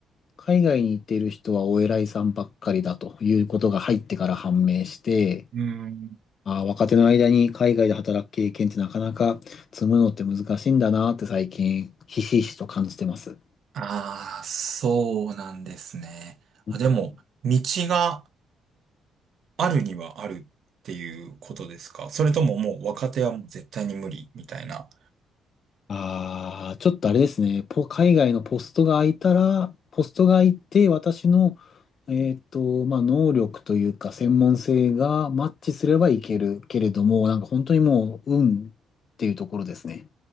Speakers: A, on the left; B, on the right.
A: 海外に行っている人はお偉いさんばっかりだということが入ってから判明して、
B: うーん。
A: ああ若手の間に海外で働く経験ってなかなか積むのって難しいんだなって最近、ひしひしと感じてます。
B: ああ、そうなんですね。
A: うん
B: あ、でも、道があるにはあるっていうことですかそれとももう若手はもう絶対に無理みたいな。
A: ああ、ちょっとあれですね。ポ、海外のポストが空いたら、ポストが空いて、私の、えっと、まあ、能力というか、専門性がマッチすればいけるけれども、なんか本当にもう、運っていうところですね。